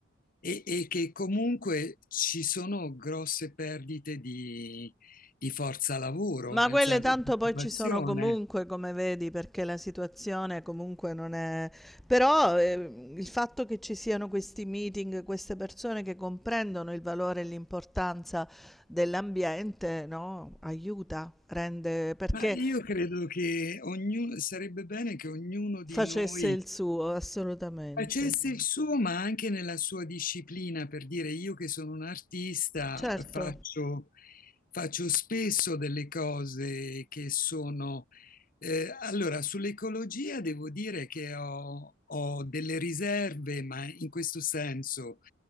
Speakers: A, on the left (about 45°); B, in the centre.
A: e, e che comunque ci sono grosse perdite di, di forza lavoro,
B: Ma
A: nel
B: quelle
A: senso
B: tanto
A: di occupazione.
B: poi ci sono comunque, come vedi, perché la situazione comunque non è... Però eh, il fatto che ci siano questi meeting, queste persone che comprendono il valore e l'importanza dell'ambiente, no? Aiuta, rende perché
A: Ma io credo che ognu- sarebbe bene che ognuno di
B: facesse
A: noi
B: il suo, assolutamente.
A: Facesse il suo, ma anche nella sua disciplina, per dire io che sono un artista,
B: Certo.
A: faccio, faccio spesso delle cose che sono... eh, allora, sull'ecologia devo dire che ho, ho delle riserve, ma in questo senso